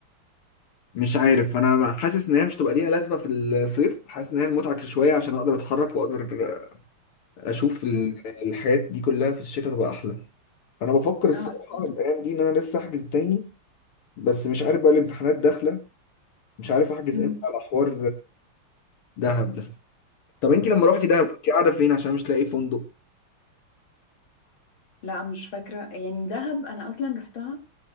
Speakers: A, on the left; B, on the left.
A: مش عارف انا حاسس ان هي مش تبقى ليها لازمه في الصيف حاسس ان هي المتعه شويه عشان اقدر اتحرك واقدر اشوف ال-
B: مم.
A: الحاجات دي كلها في الشتاء تبقى احلى فانا بفكر الصراحه
B: اه اكيد
A: الايام دي ان انا لسه احجز تاني بس مش عارف بقى الامتحانات داخله مش عارف احجز
B: مم.
A: امتى على حوار دهب ده طب انت لما روحتي دهب كنت قاعده فين عشان مش لاقي فندق
B: لا مش فاكرة يعني دهب أنا أصلا رحتها